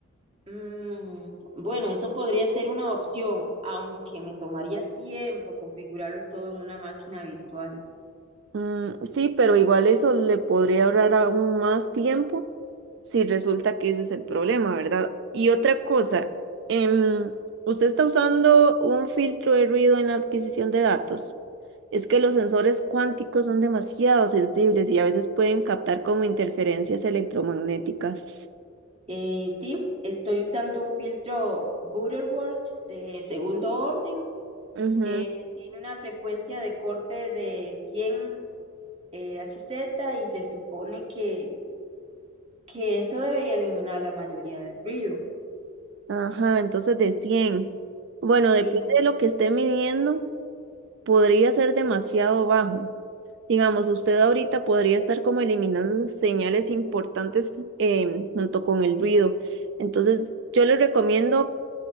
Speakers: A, on the right; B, on the right.
A: Mm, bueno, eso podría ser una opción, aunque me tomaría tiempo configurarlo todo en una máquina virtual.
B: Mm, sí, pero igual eso le podría ahorrar aún más tiempo si resulta que ese es el problema, ¿verdad? Y otra cosa, em, usted está usando un filtro de ruido en la adquisición de datos. Es que los sensores cuánticos son demasiado sensibles y a veces pueden captar como interferencias electromagnéticas.
A: Eh, sí, estoy usando un filtro Butterworth de segundo orden.
B: Ujú.
A: Eh, tiene una frecuencia de corte de 100 eh, Hz y se supone que, que eso debería eliminar la mayoría del ruido.
B: Ajá, entonces de 100. Bueno,
A: Sí,
B: depende de lo que esté midiendo, podría ser demasiado bajo. Digamos, usted ahorita podría estar como eliminando señales importantes em, junto con el ruido. Entonces, yo les recomiendo